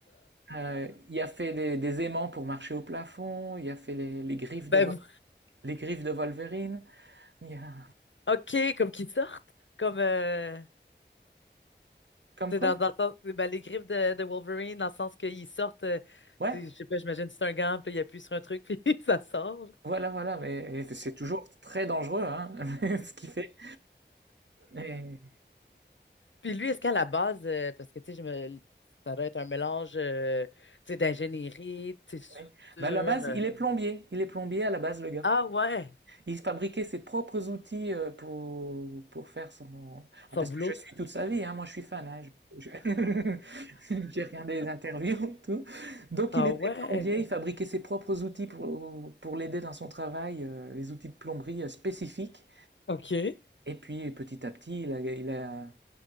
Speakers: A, on the right; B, on the left.
A: euh, il a fait des, des aimants pour marcher au plafond, il a fait les, les griffes
B: Ben,
A: de, Vol- les griffes de Wolverine, il a...
B: OK, comme qu'ils sortent. Comme, euh,
A: <laughs> Comme
B: t'sais,
A: quoi?
B: dans, dans le sens, ben, les griffes de, de Wolverine, dans le sens qu'ils sortent, euh,
A: Ouais,
B: tu sais je sais pas, j'imagine c'est un gant, puis là, il appuie sur un truc, <laughs> puis ça sort.
A: voilà, voilà, mais c'est toujours très dangereux, hein, <laughs> ce qu'il fait. Mais,
B: Puis lui, est-ce qu'à la base, euh, parce que tu sais, je me... ça doit être un mélange euh, tu sais, d'ingénierie, tu sais,
A: oui.
B: soudure.
A: Bah, à la base,
B: euh.
A: il est plombier, il est plombier à la base, le gars.
B: Ah ouais,
A: Il fabriquait ses propres outils euh, pour, pour faire son...
B: son
A: Ah, parce
B: boulot.
A: que je suis toute sa vie, hein, moi je suis fan, hein, je- je- <laughs> j'ai regardé les interviews, <laughs> tout. Donc
B: Ah
A: il était
B: ouais,
A: plombier, il fabriquait ses propres outils pour, pour l'aider dans son travail, euh, les outils de plomberie euh, spécifiques.
B: OK,
A: Et puis petit à petit, il a, il a,